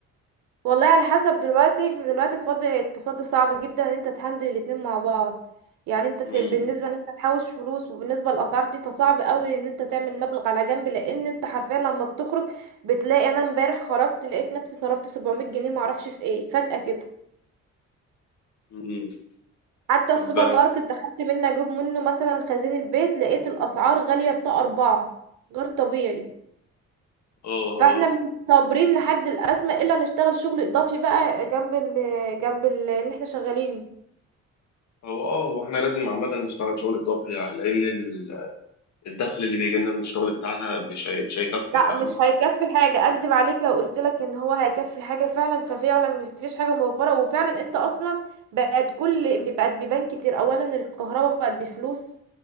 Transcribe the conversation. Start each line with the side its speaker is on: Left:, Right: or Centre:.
Right: والله على حسب دلوقتي احنا دلوقتي في وضع اقتصادي صعب جدا ان انت تهندل الاتنين مع بعض يعني انت ت-
Left: امم
Right: بالنسبة ان انت تحوش فلوس وبالنسبة للاسعار دي فصعب قوي ان انت تعمل مبلغ على جنب لان انت حرفيا لما بتخرج بتلاقي انا امبارح خرجت لقيت نفسي صرفت 700 جنيه معرفش في ايه فجأة كده
Left: امم
Right: حتى
Left: طب
Right: السوبر
Left: اه
Right: ماركت دخلت منه اجيب منه مثلا خزين البيت لقيت الاسعار غالية الطاقة اربعة غير طبيعي
Left: اه
Right: فاحنا مش صابرين لحد الازمة الا نشتغل شغل اضافي بقى جنب ال جنب ال- اللي احنا شغالين
Left: هو اه هو احنا لازم عامه نشتغل شغل اضافي لع- لان ال- الدخل اللي بيجي لنا من الشغل بتاعنا مش هي- مش هيكفي
Right: لا
Left: فاهمه
Right: مش هيكفي حاجة اكدب عليك لو قلت لك ان هو هيكفي حاجة فعلا ففعلا مفيش حاجة موفرة وفعلا انت اصلا بقت كل بقت بيبان كتير اولا الكهرباء بقت بفلوس